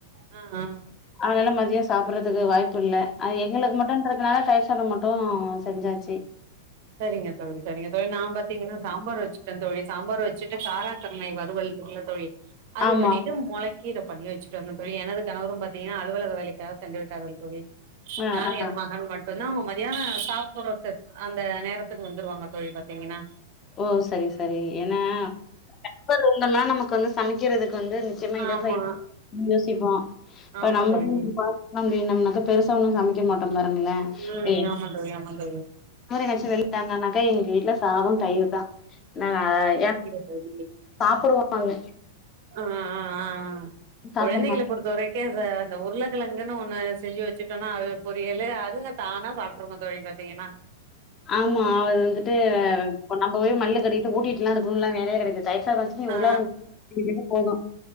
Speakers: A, on the right (about 45°); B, on the left (about 25°).
A: ஆ ஆ
B: அதுல மதியோ சாப்பற்றது அதுக்கு வாய்ப்பு இல்ல எங்களுக்கு மட்டுன்றதுனால தயிர் சாதம் மட்டு செஞ்சாச்சி
A: செரிங்க தோழி செரிங்க தோழி நா பாத்தீங்கன்னா சாம்பார் வச்சுட்டேன் தோழி சாம்பார் வச்சுட்டு காரா கருணை வறுவல் இருக்குல்ல தோழி அது
B: ஆமா
A: பண்ணிட்டு மொளைக் கீர பண்ணி வச்சுட்டு வந்தே தோழி எனது கணவரும் பாத்தீங்கன்னா அலுவலக வேலைக்காக சென்று விட்டார்கள் தோழி
B: ஆ
A: நானு
B: ஆ
A: எங்க மகனு மட்டுந்தா அவுங்க மதியான சாப்புட்றது அந் அந்த நேரத்துக்கு வந்துருவாங்க தோழி பாத்தீங்கன்னா
B: ஓ சரி சரி ஏன்னா <inaudible> இருந்தம்னா நமக்கு வந்து சமைக்கிறதுக்கு வந்து நிச்சயமா
A: ஆ
B: இதப்பை
A: ஆமா
B: யோசிப்போ இப்ப
A: ஆமா
B: நம்மள
A: தோழி
B: பாத் தோ அப்டின்னம்னாக்கா பெருசா ஒண்ணும் சமைக்க மாட்டோம் பாருங்களேன்
A: ம்
B: ஏன்ட்
A: ஆமா தோழி ஆமா தோழி
B: அவரு எங்காச்சும் வெளில தங்கனாக்கா எங்க வீட்ல சாதொ தயிரு தா <unintelligible>
A: அப்படியா தோழி
B: சாப்புடுவோ நாங்க
A: ஆ ஆ ஆ ஆ
B: சாப்ட
A: கொழந்தைகள
B: மாட்டா
A: பொறுத்த வரைக் இன்கேஸ் அந்த உருளைக்கிழங்குனு ஒண்ணு செஞ்சு வச்சுட்டோனா அது பொரியல் அதுங்க தானா சாப்ட்டுறங்க தோழி ப பாத்திங்கன்னா
B: ஆமா அவரு வந்துட்டு இப்ப நம்ம போய் மல்லு கட்டுக்கிட்டு வூட்டிட்டு எல்லா இருக்குணுலா வேலையே கெடையாது தயிர் முக்காவாசி
A: ஆ ஆ
B: உருளைக்கிழங்கு <unintelligible> போது